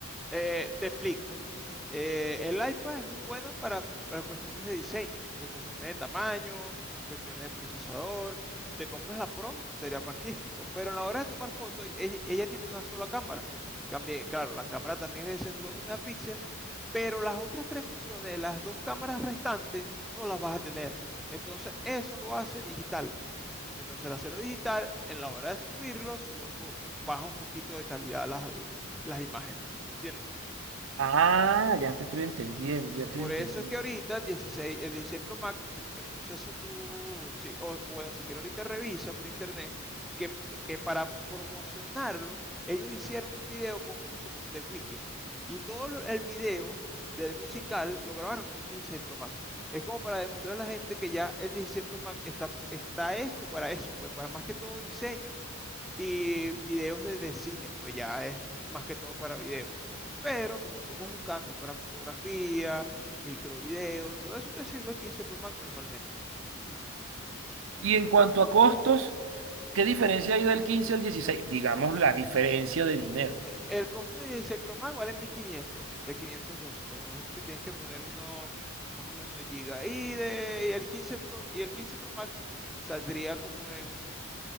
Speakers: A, in the centre; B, on the right.
A: eh, te explico. Eh, el iPad es muy bueno para, para cuestiones de diseño, por cuestiones de tamaño, cuestiones de procesador. Si te compras la Pro, sería magnífico. Pero en la hora de tomar fotos, ella, ella tiene una sola cámara. También, claro, la cámara también es de 64 megapíxeles, pero las otras tres funciones, las dos cámaras restantes, no las vas a tener. Entonces, eso lo hace digital. Entonces el hacerlo digital, en la hora de subirlo, sube un po- baja un poquito de calidad las, las imágenes, pues, ¿me entiendes?
B: Ah, ya te estoy entendiendo, ya estoy
A: Por
B: entendiendo.
A: eso es que ahorita el 16, el 16 Pro Max, bueno, no sé si tú, sí, o, o bueno, si quieres ahorita revisa por internet, que, que para promocionarlo, ellos hicieron un video conjunto con The Weeknd y todo lo- el video del musical lo grabaron con un 16 Pro Max. Es como para demostrar a la gente que ya el 16 Pro Max está, está hecho para eso, pues para más que todo diseño y videos de, de cine, pues ya es más que todo para video. Pero como tú andas buscando, es para fotografía, microvideos y todo eso, te sirve el 15 Pro Max normalmente.
B: Y en cuanto a costos, ¿qué diferencia hay del 15 al 16? Digamos la diferencia de dinero.
A: Eh, El costo de 16 Pro Max vale 1500, de 512, pues me imagino que tienes que poner uno más o menos de giga. Y, de, y el 15 Pro, y el 15 Pro Max saldría como en